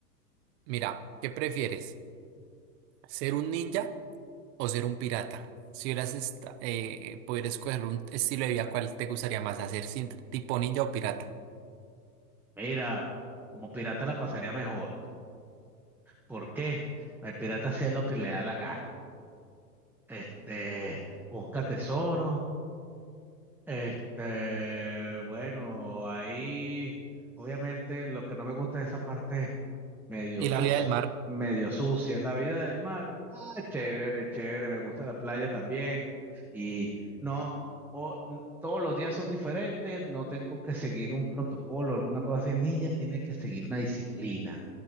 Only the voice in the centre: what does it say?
Mira, como pirata la pasaría mejor. ¿Por qué? El pirata hacía lo que le da la gana. Este, busca tesoro. Este, bueno, ahí, obviamente, lo que no me gusta es esa parte medio
sucio,
medio sucia la vida del mar. Ah, chévere, chévere, me gusta la playa también. Y no, o- n- todos los días son diferentes, no tengo que seguir un protocolo, alguna cosa así. El ninja tiene que seguir una disciplina.